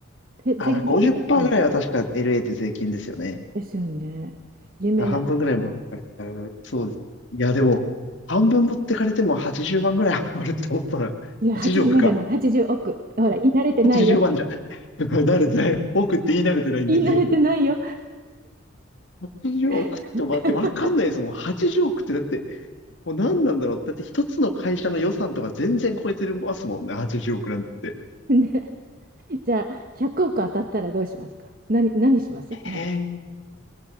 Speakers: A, on the right; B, on the left.
A: え税金で取られたの
B: あ、だから50%ぐらいは確か LA で税金ですよね。
A: ですよね。夢ないな。
B: だから半分ぐらい持ってかれちゃう。そうですね。いや、でも、半分持ってかれても80万ぐらい余 <laughs> るって思ったら、
A: いや、
B: 80億か。
A: 80万じゅうまんじゃない、80億。ほら、言い慣れてないよ。
B: 80万じゅうまんじゃ。<laughs> 慣れてない。億って言い慣れてないんで。
A: 言い慣れてないよ。
B: 80億ってもだってわかんないですもん。
A: <laughs> そっか
B: 80億ってだって、もう何なんだろう。だって一つの会社の予算とか全然超えてますもんね。80億なんて。
A: ね、じゃあ、100億当たったらどうしますか何、何しますまず。
B: へえ。